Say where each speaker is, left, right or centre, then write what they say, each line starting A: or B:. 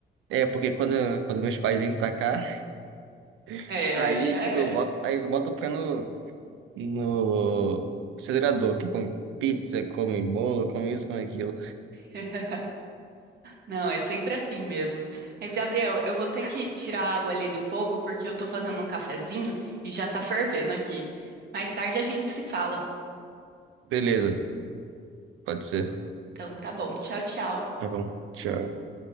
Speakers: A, on the right (about 85°); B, on the right (about 55°).
A: É, porque quando, quando meus pais vêm pra cá, <laughs>
B: É,
A: aí,
B: aí já
A: tipo,
B: era.
A: eu boto, aí eu boto o pé no, no acelerador, que come pizza, come bolo, come isso, come aquilo.
B: <laughs> Não, é sempre assim mesmo. Mas, Gabriel, eu vou ter que tirar a água ali do fogo porque eu tô fazendo um cafezinho e já tá fervendo aqui. Mais tarde a gente se fala.
A: Beleza, pode ser.
B: Então, tá bom. Tchau, tchau.
A: Tá bom. Tchau.